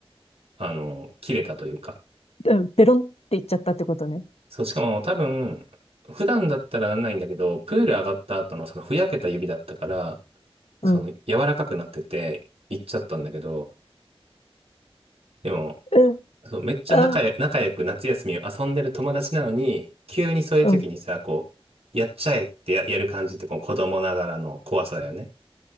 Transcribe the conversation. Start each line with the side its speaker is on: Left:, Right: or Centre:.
Right: あの、切れたというか、
Left: うんベロンって言っちゃったってことね。
Right: そう、しかも多分、普段だったらなんないんだけど、プール上がった後のそのふやけた指だったから、その柔らかくなってて、
Left: うん。
Right: 行っちゃったんだけど、でも、
Left: え
Right: そう、めっちゃ仲や、
Left: あ
Right: 仲良く夏休みを遊んでる友達なのに、急にそういう時にさ、
Left: うん。
Right: こう、やっちゃえってや、やる感じってこう子供ながらの怖さだよね。